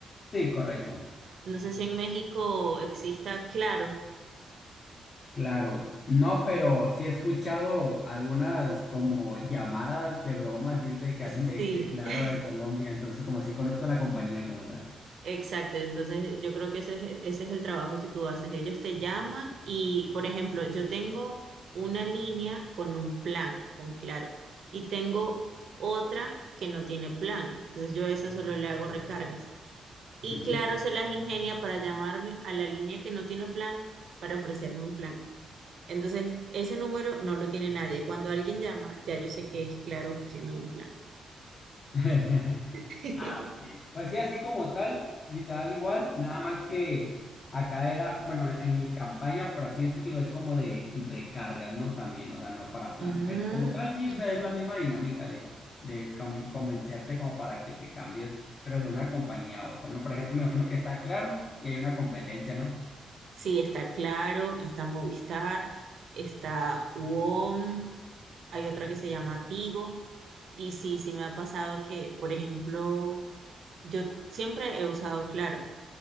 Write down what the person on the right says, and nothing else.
No sé si en México exista Claro.
Sí.
<laughs>
Exacto, entonces yo creo que ese es, ese es el trabajo que tú haces. Ellos te llaman y, por ejemplo, yo tengo una línea con un plan, con claro, y tengo otra que no tiene plan. Entonces yo a esa solo le hago recargas. Y
claro, se las ingenia para llamarme a la línea que no tiene plan para ofrecerme un plan. Entonces, ese número no lo tiene nadie. Cuando alguien llama, ya yo sé que es claro ofreciéndome un plan.
<laughs>
Mm,
ok.
Sí, está Claro, está Movistar, está UOM, hay otra que se llama Tigo. Y sí, sí me ha pasado que, por ejemplo, yo siempre he usado Claro,